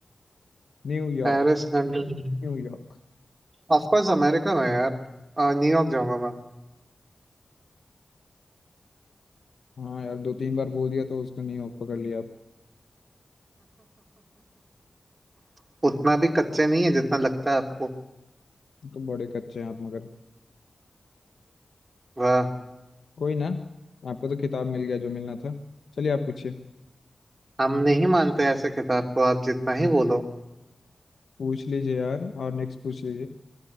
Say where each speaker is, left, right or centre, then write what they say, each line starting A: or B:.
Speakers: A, on the left; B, on the right.
A: New York
B: Paris London
A: New York
B: Of course America में है यार अ, न्यूयॉर्क जाऊंगा मैं
A: हाँ यार दो तीन बार बोल दिया तो उसको न्यूयॉर्क पकड़ लिया आप
B: <laughs> उतना भी कच्चे नहीं है जितना लगता है आपको
A: तो बड़े कच्चे हैं आप मगर
B: वाह
A: कोई ना आपको तो किताब मिल गया जो मिलना था चलिए आप पूछिए
B: हम नहीं मानते ऐसे किताब को आप जितना ही बोलो
A: पूछ लीजिए यार और नेक्स्ट पूछ लीजिए